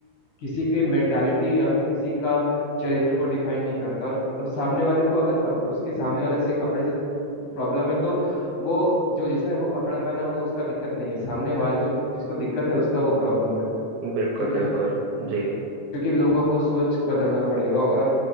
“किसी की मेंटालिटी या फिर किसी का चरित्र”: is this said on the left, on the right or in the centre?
Left